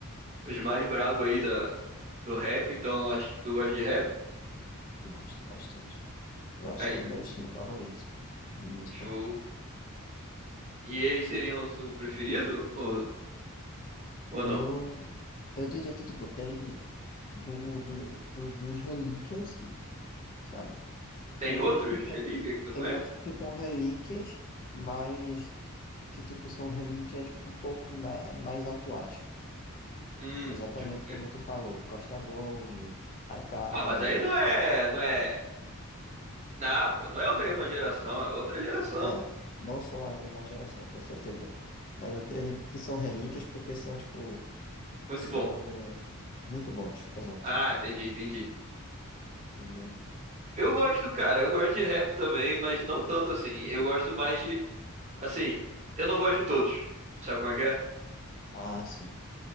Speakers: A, on the right; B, on the left.
A: os mais brabos aí da, do rap, então acho que tu gosta de rap.
B: Gosto bastante. Eu acho
A: Aí,
B: que é meu estilo favorito de música.
A: show. E eles seriam o seu preferido ou, ou
B: Do...
A: não?
B: Eu diria que, tipo, tem do, do, do- dos relíquias, sim, sabe?
A: Tem
B: Tem
A: outros
B: outros que são,
A: ali que que tu
B: tem
A: conhece?
B: outros que são relíquias, mas que, tipo, são relíquias um pouco mais, mais atuais.
A: Hum,
B: Exatamente
A: tipo o quê?
B: como tu falou, Costa Gold, Haikais.
A: Ah, mas aí não é, não é. Não, pô, não é a mesma geração, é outra geração.
B: É, não são a mesma geração, com certeza. Mas eu, eu digo que são relíquias porque são, tipo,
A: Muito
B: são
A: bom.
B: muito bons, exato.
A: Ah, entendi, entendi.
B: Tô ligado?
A: Eu gosto, cara, eu gosto de rap também, mas não tanto assim. Eu gosto mais de, assim, eu não gosto de todos. Sabe como é que é?
B: Ah, sim.